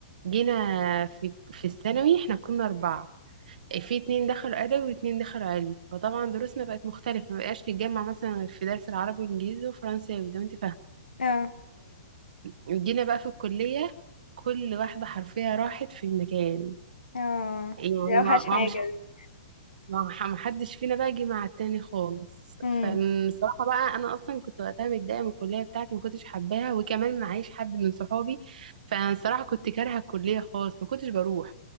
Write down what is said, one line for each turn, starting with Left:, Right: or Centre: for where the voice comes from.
Right: جينا في في الثانوي إحنا كنا أربعة في اتنين دخلوا أدبي واتنين دخلوا علم فطبعا دروسنا بقت مختلفة مبقاش نتجمع مثلا غير في درس العربي والإنجليزي وفرنساوي زي ما أنت فاهمة
Left: اه
Right: وجينا بقى في الكلية كل واحدة حرفيا راحت في مكان
Left: اه
Right: يعني
Left: دي اوحش
Right: ما
Left: حاجه
Right: ما- مش
Left: دي
Right: ما ما حدش فينا بقى جه مع التاني خالص
Left: امم
Right: فالصراحة بقى أنا أصلا كنت وقتها متضايقة من الكلية بتاعتي ما كنتش حباها وكمان معيش حد من صحابي فالصراحة كنت كارهة الكلية خالص ما كنتش بروح